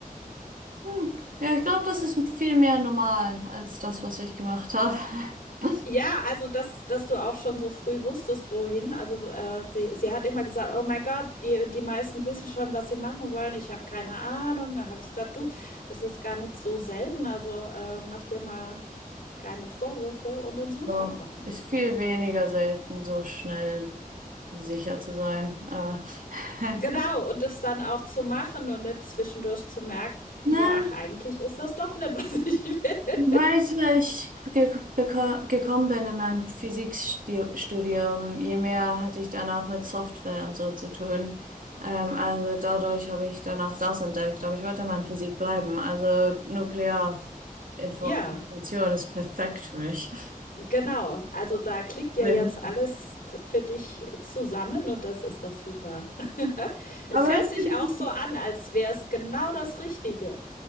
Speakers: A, on the right (about 65°); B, on the left (about 70°).
A: Hm. Ja, ich glaube, das ist viel mehr normal als das, was ich gemacht habe. <laughs>
B: Ja, also dass, dass du auch schon so früh wusstest, wohin. Also äh, sie, sie hat immer gesagt, oh mein Gott, die, die meisten wissen schon, was sie machen wollen. Ich habe keine Ahnung. Da habe ich gesagt, du, das ist gar nicht so selten. Also äh, mach dir mal keine Vorwürfe und dann such
A: So,
B: halt noch ein
A: ist
B: bisschen.
A: viel weniger selten, so schnell sicher zu sein. Aber <laughs>
B: Genau, und das dann auch zu machen und nicht zwischendurch zu merken,
A: na,
B: so, ach, eigentlich ist das doch nicht, <laughs> was ich will.
A: Weißt du, ich ge beko- gekommen bin in meinem Physikstudium, je mehr hatte ich dann auch mit Software und so zu tun. Ähm, also dadurch habe ich dann auch das entdeckt, aber ich wollte mal in Physik bleiben. Also Nuklearinformation
B: Ja.
A: ist perfekt für mich.
B: Genau, also da klickt ja
A: <laughs> Weil-
B: jetzt alles t- für dich zusammen und das ist doch super. <laughs> Es
A: Aber
B: hört
A: es ist
B: sich
A: irgendwie
B: auch so an, als wäre es genau das Richtige.